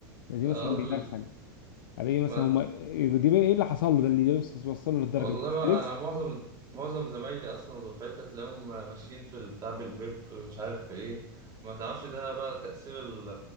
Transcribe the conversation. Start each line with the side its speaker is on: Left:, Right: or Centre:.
Left: دي مثلا
Right: اه ال-
Left: بيدخن على ايه مثلا
Right: ما...
Left: هم دي بقى ايه اللي حصل له ده اللي يوصل- وصله للدرجه
Right: والله
Left: دي ستريس
Right: ما انا معظم معظم زمايلي اصلا ودفعتي هتلاقيهم ماشيين في البتاع بالفيب مش عارف في ايه ما تعرفش ده بقى تأثير ال-